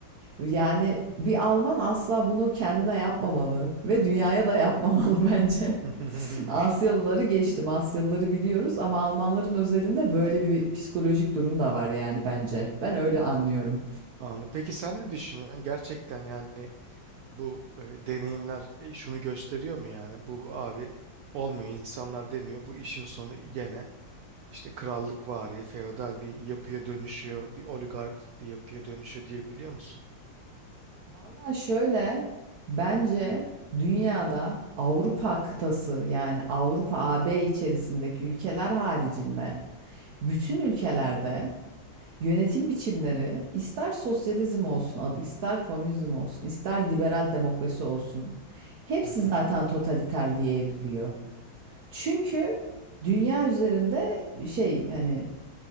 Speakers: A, on the right; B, on the right.
A: Yani bir Alman asla bunu kendine yapmamalı ve dünyaya da yapmamalı <laughs> bence.
B: <laughs>
A: Asyalıları geçtim. Asyalıları biliyoruz ama Almanların özelinde böyle bir, bir psikolojik durum da var yani bence. Ben öyle anlıyorum.
B: Anladım. Peki sen ne düşünüyorsun? Gerçekten yani bu e, deneyimler e, şunu gösteriyor mu yani? Bu abi olmuyor. insanlar deniyor. Bu işin sonu gene. işte krallıkvari, feodal bir yapıya dönüşüyor, bir oligark bir yapıya dönüşüyor diyebiliyor musun?
A: Valla şöyle bence dünyada Avrupa kıtası yani Avrupa AB içerisindeki ülkeler haricinde bütün ülkelerde yönetim biçimleri ister sosyalizm olsun adı ister komünizm olsun ister liberal demokrasi olsun hepsi
B: Hı hı.
A: zaten totaliter diye evriliyor. Çünkü dünya üzerinde şey yani